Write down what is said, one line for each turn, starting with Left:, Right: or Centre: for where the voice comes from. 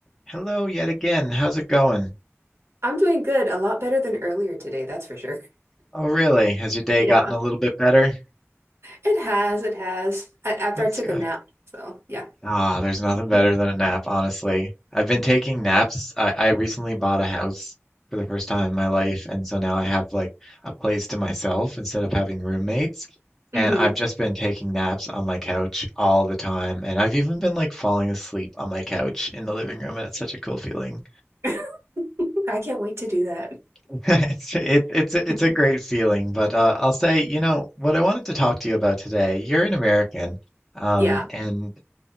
Centre: Hello yet again. How's it going?
Right: I'm doing good, a lot better than earlier today, that's for sure. <laughs>
Centre: Oh, really? Has your day
Right: Yeah.
Centre: gotten a little bit better?
Right: It has, it has. A- after
Centre: That's
Right: I took
Centre: good.
Right: a nap. So, yeah.
Centre: Ah, there's nothing
Right: <laughs>
Centre: better than a nap, honestly. I've been
Right: Yeah.
Centre: taking naps. I, I recently bought a house for the first time in my life, and so now I have like a place to myself instead of having roommates.
Right: hmm
Centre: And I've just been taking naps on my couch all the time, and I've even been like falling asleep on my couch in the living room, and it's such a cool feeling.
Right: <laughs> I can't wait to do that.
Centre: <laughs> It's it, it's a-
Right: <laughs>
Centre: it's a great feeling, but uh, I'll say, you know, what I wanted to talk to you about today. You're an American, um,
Right: Yeah.
Centre: and